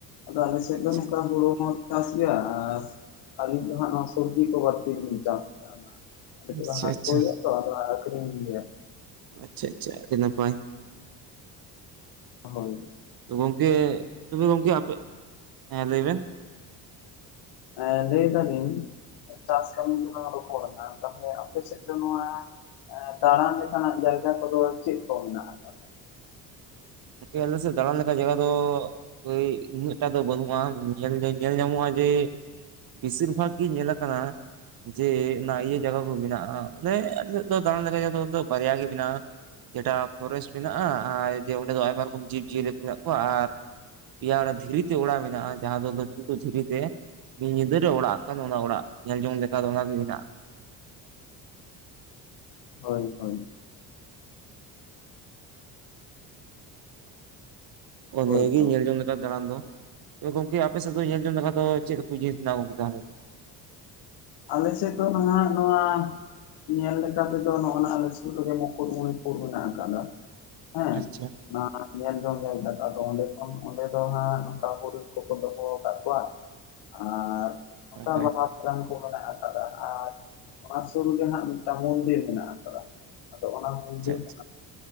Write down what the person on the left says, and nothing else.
ᱟᱫᱚ ᱟᱞᱮ ᱥᱮᱫ
ᱫᱚ ᱱᱚᱝᱠᱟ ᱦᱩᱲᱩ ᱦᱚᱸ। ᱪᱟᱹᱥ ᱜᱮᱭᱟ ᱟᱨ ᱟᱹᱞᱤᱧ ᱫᱚ ᱦᱟᱸᱜ ᱱᱚᱣᱟ ᱥᱚᱵᱽᱡᱤ ᱠᱚ ᱵᱟᱹᱲᱛᱤ ᱞᱤᱧ ᱪᱟᱹᱥ ᱜᱮᱭᱟ ᱚᱱᱟ᱾ ᱟᱞᱮ ᱥᱮᱫ
ᱫᱚ ᱦᱟᱴ
ᱠᱚ ᱦᱩᱭᱩᱜ-ᱟ ᱛᱚ ᱟᱫᱚ ᱟᱠᱷᱤᱨᱤᱧ ᱜᱮᱭᱟ᱾
ᱦᱳᱭ ᱾
ᱮ ᱞᱟᱹᱭ ᱫᱟᱞᱤᱧ ᱪᱟᱥ ᱠᱟᱹᱢᱤ ᱫᱚ ᱵᱟᱝ ᱨᱚᱯᱚᱲ ᱱᱟ ᱛᱟᱦᱞᱮ ᱟᱯᱮ ᱥᱮᱫ ᱫᱚ ᱱᱚᱣᱟ ᱫᱟᱨᱟᱱ ᱞᱮᱠᱟᱱᱟᱜ ᱡᱟᱭᱜᱟ ᱠᱚᱫᱚ ᱪᱮᱫ ᱠᱚ ᱢᱮᱱᱟᱜ ᱟᱠᱟᱫᱟ?
ᱦᱳᱭ ᱦᱳᱭ ᱾ ᱦᱳᱭ
ᱛᱚ
ᱟᱞᱮ ᱥᱮᱫ ᱫᱚ ᱱᱟᱦᱜ ᱱᱚᱣᱟ ᱧᱮᱞ ᱞᱮᱠᱟ ᱛᱮᱫᱚ ᱱᱚᱜᱼᱟᱭ ᱟᱞᱮ ᱥᱩᱨ ᱨᱮᱜᱮ ᱢᱩᱠᱩᱴᱢᱩᱱᱤᱯᱩᱨ ᱢᱮᱱᱟᱜ ᱟᱠᱟᱫᱟ ᱾ ᱦᱮᱸ
᱾ ᱚᱱᱟ ᱧᱮᱞ ᱡᱚᱝ ᱡᱟᱭᱜᱟ ᱫᱚ ᱟᱫᱚ ᱚᱸᱰᱮ ᱠᱷᱚᱱ ᱚᱸᱰᱮ ᱫᱚ ᱦᱟᱸᱜ ᱱᱚᱝᱠᱟ ᱦᱳᱲ ᱠᱚᱠᱚ ᱫᱚᱦᱚ ᱟᱠᱟᱫ ᱠᱚᱣᱟ ᱾ ᱟᱨ ᱱᱚᱝᱠᱟ
ᱵᱟᱵᱟᱱ ᱠᱚ ᱢᱮᱱᱟᱜ ᱟᱠᱟᱫᱟ ᱟᱨ ᱚᱱᱟ ᱥᱩᱨ ᱜᱮ ᱦᱟᱸᱜ ᱢᱤᱫᱴᱟᱝ ᱢᱚᱱᱫᱤᱨ ᱢᱮᱱᱟᱜ ᱟᱠᱟᱫᱟ ᱾ ᱟᱫᱚ ᱚᱱᱟ ᱢᱚᱱᱫᱤᱨ
ᱢᱮᱱᱟᱜ